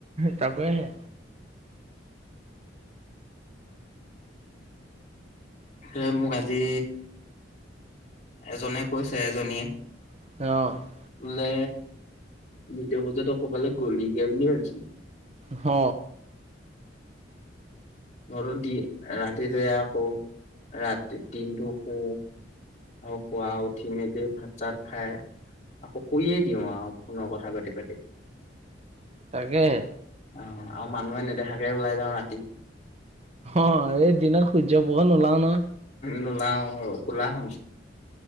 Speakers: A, on the right; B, on the left.
A: তাকে হে।
B: এ'মোক আজি এজনে কৈছে, এজনীয়ে।
A: অ।
B: বোলে ভিদিঅ বোৰ যে তই ক'বালে গ'লিগে বুলি ভাবিছিলো
A: হ
B: মইতো দি ৰাতি তৈয়া কৰো ৰাতি দিনটো শুও আৰু পোৱা উঠি মেলি ভাত চাত খাই আকৌ কৈয়ে দিওঁ আও পোনৰ কথা পাতি পাতি
A: তাকেহে
B: অ'আৰু মানুহে নেদেখাকে ওলাই যাওঁ ৰাতি।
A: অ এই দিনত সূৰ্য পোহৰ নোলাও নহয়
B: নোলাও অ কোলা হম চো